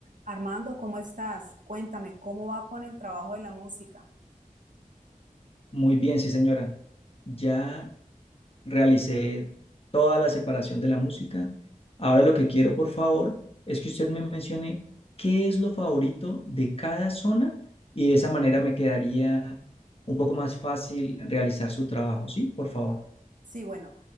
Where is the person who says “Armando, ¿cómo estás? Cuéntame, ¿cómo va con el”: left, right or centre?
Right